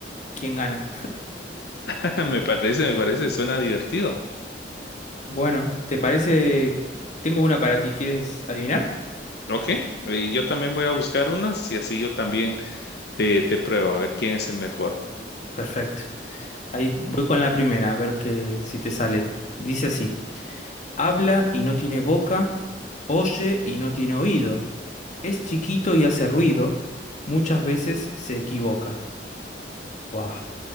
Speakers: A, on the left (about 45°); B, on the left (about 65°).
A: quién gana.
B: <laughs> Me parece, me parece, suena divertido.
A: Bueno, ¿te parece? Tengo una para ti, ¿quieres adivinar?
B: Ok, eh, yo también voy a buscar unas y así yo también te, te pruebo a ver quién es el mejor.
A: Perfecto. Ahí voy con la primera, a ver que si te sale. Dice así. Habla y no tiene boca, oye y no tiene oído. Es chiquito y hace ruido, muchas veces se equivoca. Wow.